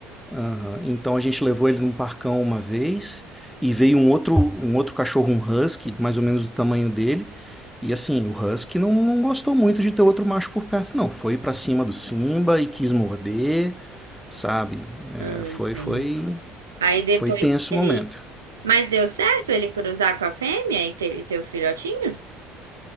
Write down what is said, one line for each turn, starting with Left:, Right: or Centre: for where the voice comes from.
Centre: Ah, Então a gente levou ele num parcão uma vez e veio um outro, um outro cachorro, um husky, mais ou menos do tamanho dele. E assim, o husky não, não gostou muito de ter outro macho por perto, não. Foi para cima do Simba e quis morder, sabe? É,
Right: Ah,
Centre: foi,
Right: entendi.
Centre: foi,
Right: Aí depois
Centre: foi tenso
Right: que
Centre: o
Right: ele.
Centre: momento.
Right: Mas deu certo ele cruzar com a fêmea e ter, e ter os filhotinhos?